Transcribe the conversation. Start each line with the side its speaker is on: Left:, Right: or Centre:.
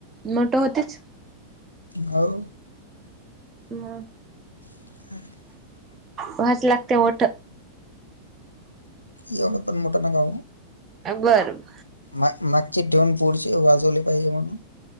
Right: मोठं होतीच
Left: हाव
Right: म
Left: <unintelligible>
Right: भाज लागते ओठ
Left: एवढं पण मोठं नका होऊ
Right: बर ब
Left: मा मागची ठेऊन पुढची वाजवले पाहिजे म्हणून